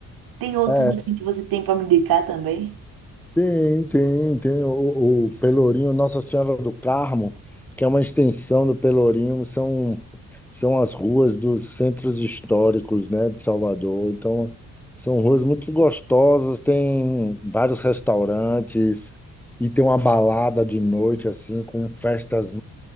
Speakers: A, on the right; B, in the centre.
A: Tem outros
B: é
A: assim que você tem para me indicar também?
B: Tem, tem, tem o, o Pelourinho Nossa Senhora do Carmo, que é uma extensão do Pelourinho, são, são as ruas dos centros históricos, né, de Salvador. Então, são ruas muito gostosas, tem vários restaurantes e tem uma balada de noite, assim, com festas